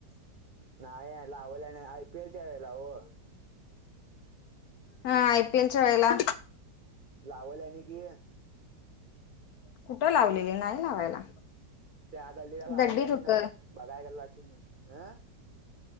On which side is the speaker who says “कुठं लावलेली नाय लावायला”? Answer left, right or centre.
Left